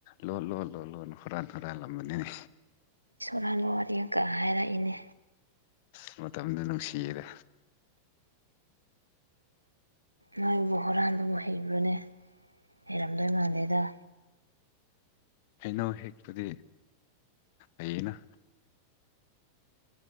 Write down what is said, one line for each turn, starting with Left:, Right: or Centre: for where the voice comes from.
Left: ꯂꯣ ꯂꯣ ꯂꯣ ꯂꯣꯅ ꯍꯨꯔꯥꯟ ꯍꯨꯔꯜꯂꯝꯕꯅꯤꯅꯦ
Right: ꯑꯔꯥꯟꯕ ꯋꯥꯔꯤ ꯑꯃꯀꯛ ꯍꯥꯏꯔꯛꯏꯅꯦ
Left: ꯑ ꯃꯇꯝꯗꯨ ꯅꯨꯡꯁꯤꯔꯦ
Right: ꯅꯣꯏꯕꯨ ꯍꯨꯔꯥꯟꯗꯨꯕꯨ ꯍꯩꯕ꯭ꯔꯨꯅꯦ ꯍꯩꯔꯝꯗꯣꯏ ꯃꯥꯟꯂꯦꯗ
Left: ꯍꯩꯅꯧ ꯍꯦꯛꯇꯨꯗꯤ ꯑꯩꯅ